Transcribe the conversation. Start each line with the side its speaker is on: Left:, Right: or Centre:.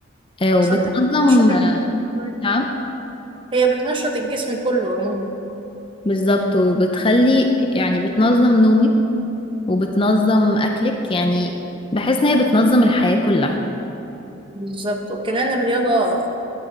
Left: آه، وبتنظم
Right: بالظبط بتنشط الجسم.
Left: آه، نعم
Right: هي بتنشط الجسم كله عموما يعني.
Left: بالظبط وبتخلي يعني بتنظم نومك وبتنظم أكلك يعني بحس إن هي بتنظم الحياة كلها
Right: بالظبط وكمان الرياضة